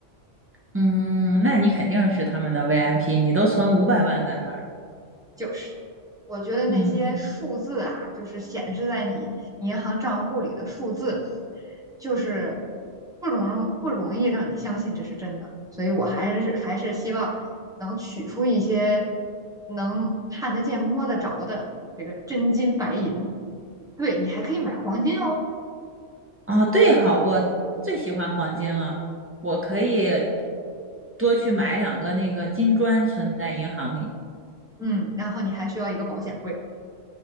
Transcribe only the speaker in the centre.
就是，我觉得那些数字啊，
就是显示在你银行账户里的数字，就是不容不容易让你相信这是真的。所以我还是还是希望能取出一些能看得见、摸得着的这个真金白银。对，你还可以买黄金哦。
嗯，然后你还需要一个保险柜。